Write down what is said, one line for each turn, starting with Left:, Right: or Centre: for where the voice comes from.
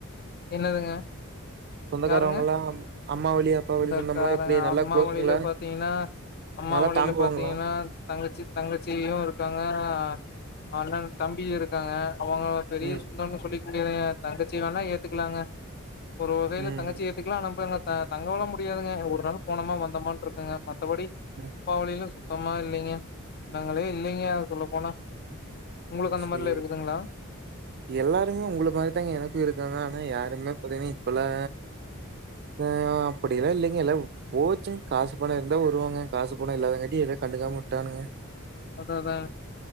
Left: என்னதுங்க
Right: சொந்தக்காரவங்கலாம்
Left: யாருங்க
Right: அம்மா வழி, அப்பா
Left: சொந்தகாரங்
Right: வழி சொந்தம்லாம் எப்படி நல்லா
Left: அம்மா
Right: குளோஸுங்களா?
Left: வழியில பாத்தீங்கன்னா அம்மா
Right: நல்லா
Left: வழியில
Right: தாங்குவாங்களா?
Left: பாத்தீங்கன்னா தங்கச்சி தங்கச்சியு இருக்காங்க அ அண்ணன் தம்பி இருக்காங்க அவங்கள பெரிய
Right: ம்,
Left: சொந்தன்னு சொல்லி க முடியாதுங்க தங்கச்சிய வேணா ஏத்துக்கலாங்க ஒரு வகையில
Right: ம்,
Left: தங்கச்சி யே த்துக்லா நம்போய் அங்க த தங்கவொல்லா முடியாதுங்க. ஒருநாள் போனமா வந்தமானுருக்குங்க. மத்தபடி
Right: ம்
Left: அப்பா வழியில சுத்தமா இல்லைங்க. நாங்களே இல்லைங்க சொல்ல போனா உங்களுக்கு அந்த
Right: சே
Left: மாரிலா இருக்குதுங்களா
Right: எல்லாருமே உங்கள மாரிதாங்க எனக்கு இருக்காங்க ஆனா யாருமே பாத்தீங்ன்னா இப்பெல்லா ஆ அப்படியெலா இல்லைங்க எல்லா போச்சுங் காசு பணோ இருந்தா வருவாங்க. காசு பணோ இல்லாதங்காட்டி எது கண்டுக்காம உட்டானுங்க!
Left: அதாதா